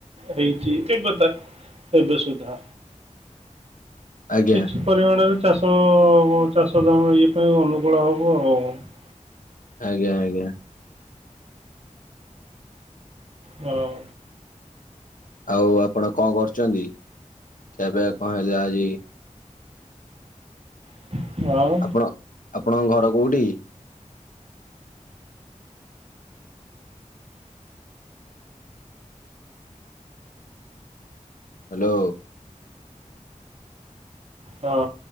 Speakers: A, on the right (about 45°); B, on the left (about 80°).
A: ହେଇଛି ଥିବଥା। ଏବେ ସୁଧା
B: ଆଜ୍ଞା
A: କିଛି ପରିମାଣରେ ଚାଷ ଚାଷ କାମ ଇଏ ପାଇଁ ଅନୁକୂଳ ହବ ଆଉ। <unintelligible>
B: ଆଜ୍ଞା ଆଜ୍ଞା।
A: ହଁ।
B: ଆଉ ଆପଣ କଣ କରୁଛନ୍ତି ଖିଆ ପିଆ କଣ ହେଲା ଆଜି?
A: <unintelligible>
B: ଅ ଆପଣଙ୍କ ଘର କୋଉଠି? ହ୍ୟାଲୋ।
A: ହଁ